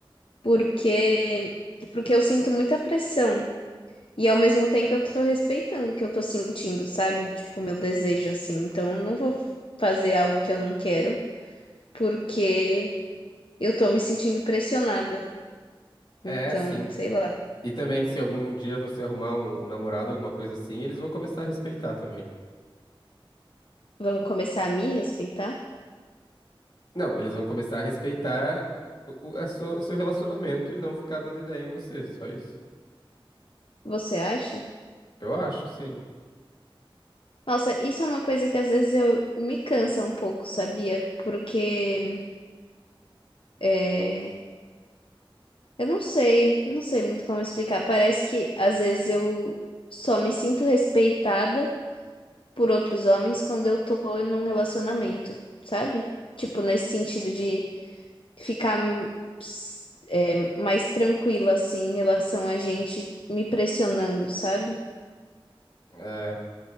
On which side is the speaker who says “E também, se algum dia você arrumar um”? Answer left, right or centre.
Left